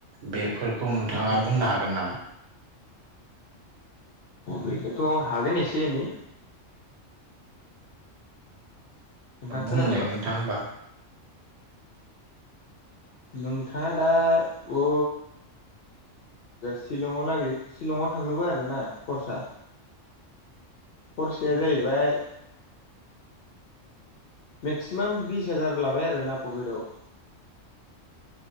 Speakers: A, on the right; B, on the left.
A: बेफोरखौ नोंथाङा
B: औ
A: बुंनो हागोन नामा?
B: बेखौथ' हागोन एसे एनै नोंथां खोनादोंबा
A: बुंलाय नोंथां होमबा।
B: नोंथाङा दा अ शिलं लागै शिलंआव थांनोबो आरोना खरसा खरसाया जाहैबाय मेक्सिमाम बिस हाजार लाबाय आरो ना पकेटाव